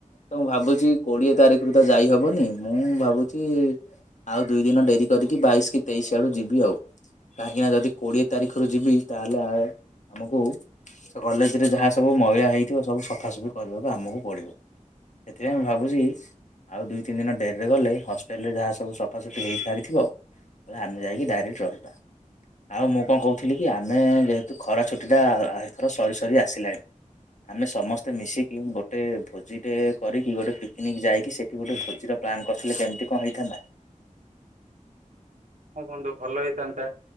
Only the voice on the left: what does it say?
ତ ମୁଁ ଭାବୁଛି କୋଡିଏ ତାରିଖରୁ ତ ଯାଇ ହବନି ମୁଁ ଭାବୁଛି ଆଉ ଦୁଇ ଦିନ ଡେରି କରିକି ବାଇଶ କି ତେଇଶୀ ଆଡୁ ଯିବି ଆଉ। କାହିଁକି ନା ଯଦି କୋଡିଏ ତାରିଖରୁ ଯିବି ତାହେଲେ ଆ ଆମକୁ ସେ କଲେଜ ରେ ଯାହା ସବୁ ମଇଳା ହେଇଥିବ ସବୁ ସଫାସଫି କରିବାକୁ ଆମକୁ ପଡ଼ିବ। ସେଥିପାଇଁ ମୁଁ ଭାବୁଛି ଆଉ ଦୁଇ ତିନି ଦିନ ଡେରିରେ ଗଲେ ହଷ୍ଟେଲରେ ଯାହା ସବୁ ସଫାସୁଫି ହୋଇସାରିଥିବ। ପୁରା ଆମେ ଯାଇକି ଡାଇରେକ୍ଟ ରହିବା। ଆଉ ମୁଁ କଣ କହୁଥିଲି କି ଆମେ ଯେହେତୁ ଖରା ଛୁଟି ଟା ଏଥର ସରି ସରି ଆସିଲାଣି। ଆମେ ସମସ୍ତେ ମିଶିକି ଗୋଟେ ଭୋଜି ଟେ କରିକି ଗୋଟେ ପିକନିକ ଯାଇକି ସେଠି ଗୋଟେ ଭୋଜିର ପ୍ଲାନ୍ କରିଥିଲେ କେମିତି କଣ ହେଇଥାନ୍ତା।